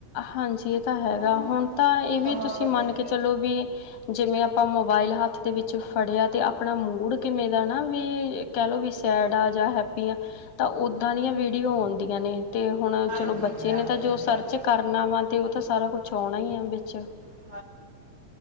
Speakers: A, on the left; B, on the right.
A: ਹਾਂਜੀ, ਏਹ ਤਾਂ ਹੈਗਾ,
B: ਉਹ
A: ਹੁਣ
B: ਬਹੁਤ
A: ਤਾਂ ਏਹ ਵੀ
B: ਸਮਾਂ
A: ਤੁਸੀਂ
B: ਬਦਲ
A: ਮੰਨ ਕੇ
B: ਗਿਆ
A: ਚਲੋ ਵੀ। ਜਿਵੇਂ ਆਪਾਂ, ਮੋਬਾਇਲ ਹੱਥ ਦੇ ਵਿੱਚ ਫੜਿਆ, ਅਤੇ ਆਪਣਾ ਮੂਡ, ਕਿਵੇਂ ਦਾ ਨਾ ਵੀ? ਕਹਿ ਲਓ ਵੀ, ਸੈਡ ਆਂ, ਜਾਂ ਹੈਪੀ ਆਂ। ਤਾ ਓੱਦਾ ਦੀਆਂ,
B: ਹਾਂਜੀ
A: ਵੀਡੀਓ ਔਂਦੀਆਂ ਨੇ, ਤੇ ਹੁਣ
B: ਹਾਂਜੀ
A: ਚਲੋ ਬੱਚੇ
B: ਬਰਾਬਰ
A: ਨੇ, ਤਾ ਜੋ
B: ਹੈ ਬਰਾਬਰ
A: ਸਰਚ ਕੀਤਾ
B: ਹੈ।
A: ਕਾਰਨਾ ਵਾ, ਤੇ ਓਤੇ ਸਾਰਾ ਕੁਛ ਔਣਾ, ਈ ਆ ਵਿੱਚ
B: <unintelligible> <inaudible>